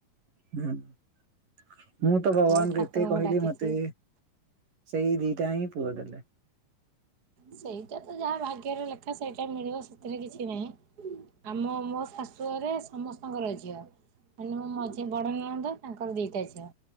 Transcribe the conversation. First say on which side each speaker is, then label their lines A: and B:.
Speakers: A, on the right; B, on the right.
A: ହୁଁ। ମୁଁ ତ ଭଗବାନଙ୍କୁ
B: ବହୁ ଠାକୁରଙ୍କୁ
A: ଏତେ କହିଲି
B: ଡାକିଛି
A: ମତେ ସେଇ ଦିଟା ହିଁ ପୁଅ ଦେଲେ।
B: ସେଇଟା ତ ଯାହା ଭାଗ୍ୟରେ ଲେଖା ସେଇଟା ମିଳିବ ସେଥିରେ କିଛି ନାହିଁ ଆମ ମୋ ଶାଶୁହରେ ସମସ୍ତଙ୍କର ଝିଅ ମୋ ମଝି ବଡ଼ ନଣନ୍ଦ ତାଙ୍କର ଦିଇଟା ଝିଅ।